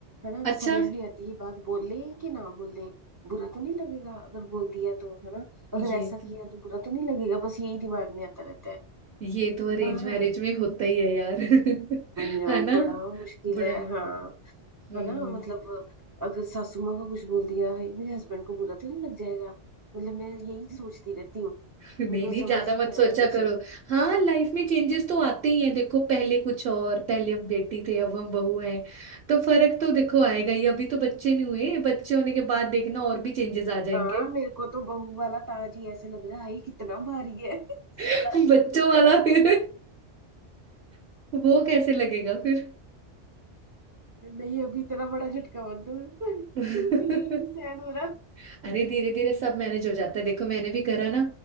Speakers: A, on the right; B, on the right.
A: है ना
B: अच्छा
A: समझ नहीं आती ये बात बोल लें कि ना बोल लें बुरा तो नहीं लगेगा अगर बोल दिया तो है ना अगर
B: ये
A: ऐसा
B: तो
A: किया तो बुरा तो नहीं लगेगा बस यही दिमाग में आता रहता है
B: ये तो अरेंज
A: हाँ
B: मैरिज में होता ही है यार <laughs>
A: ये
B: है ना
A: बड़ा मुश्किल
B: बड़ा
A: है हाँ
B: हम्म
A: है ना मतलब अगर सासू माँ को कुछ बोल दिया है मेरे हस्बैंड को बुरा तो नहीं लग जाएगा मतलब मैं यही सोचती रहती हूँ मेरे
B: नहीं
A: को
B: नहीं
A: तो समझ
B: ज्यादा
A: ही नहीं
B: मत सोचा
A: आ रहा कुछ
B: करो हाँ लाइफ में चेंजेस तो आते ही हैं देखो पहले कुछ और पहले हम बेटी थे अब हम बहू हैं तो फर्क तो देखो आएगा ही अभी तो बच्चे नहीं हुए बच्चे होने के बाद देखना और भी चेंजेस आ जाएंगे
A: हाँ मेरे को तो बहू वाला ताज ही ऐसे लग रहा है "हाय, कितना भारी है <laughs> सारी
B: <laughs> बच्चों वाला
A: जान
B: फिर <laughs> वो कैसे लगेगा फिर
A: नहीं अभी इतना बड़ा झटका मत दो <laughs>
B: <laughs>
A: यही नहीं सहन हो रहा
B: अरे धीरे धीरे सब मैनेज हो जाता है देखो मैंने भी करा ना